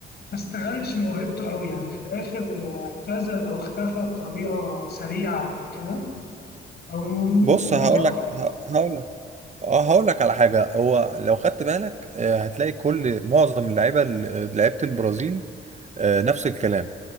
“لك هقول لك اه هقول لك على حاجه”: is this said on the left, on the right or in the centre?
Right